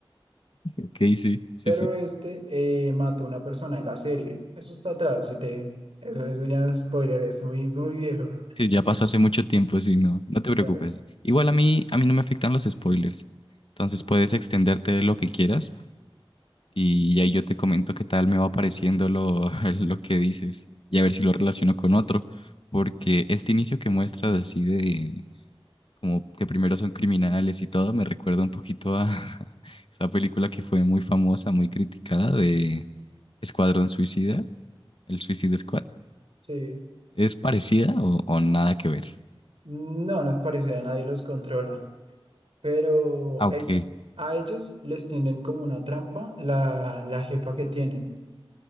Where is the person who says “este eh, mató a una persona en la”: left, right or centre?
Right